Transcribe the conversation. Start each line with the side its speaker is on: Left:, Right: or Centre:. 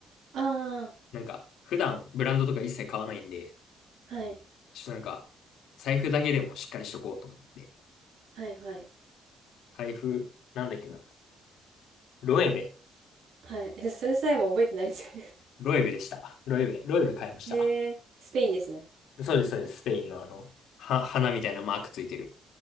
Right: あー、
Left: なんか、普段ブランドとか一切買わないんで、
Right: はい、
Left: ちょっとなんか、財布だけでもしっかりしとこうと思って。
Right: はい、はい、
Left: 財布、なんだっけな。ロエベ。
Right: はい。え、それさえも覚えてないんですよ
Left: ロエベでした。ロエベ。ロエベ買いました。
Right: ねへ <laughs> ー、スペインですね。
Left: そうです、そうです。スペインのあの、は、花みたいなマークついてる。